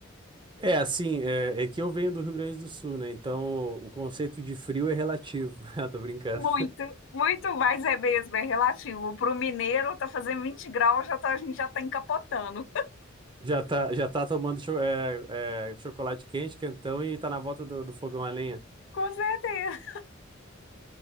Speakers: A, on the right; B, on the left.
A: É, assim, é, é que eu venho do Rio Grande do Sul, né? Então o conceito de frio é relativo. <laughs> Ah, tô brincando.
B: Muito, muito mais é mesmo, é relativo. Para o mineiro, tá fazendo 20 graus, já tá, a gente já tá encapotando.
A: Já tá, já tá tomando cho- é, é, chocolate quente, quentão e tá na volta do, do fogão a lenha.
B: Com certeza.